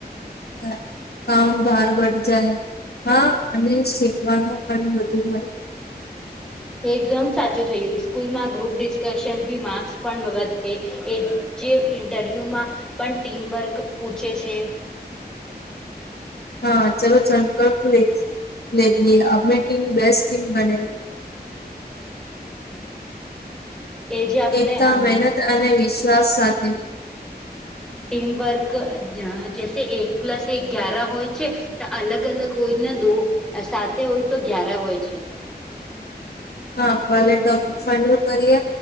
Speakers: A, on the left (about 70°); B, in the centre.
A: <unintelligible> કામ બાર વઢ જાય હા અને શીખવાનું પણ બધુ મલે
B: હમ એકદમ સાચું થયું ઈસ્કૂલમાં ગ્રુપ ડિસ્કશન ભી માર્ક્સ પણ વધે એ જે ઇન્ટરવ્યુમાં પણ ટીમ વર્ક પૂછે છે.
A: હાં ચલો <unintelligible> આપની ટીમ બેસ્ટ ટીમ બને
B: એ જે આપણે
A: એકતા,
B: અ
A: મહેનત અને વિશ્વાસ સાથે
B: ટીમ વર્ક જ એક પ્લસ એક ગ્યયાર હોય છે તો અલગ અલગ હોય ને દો, સાતે હોય તો ગ્યાર હોય છે.
A: હા <unintelligible> લે ટોપિક ફાઈનલ કરીય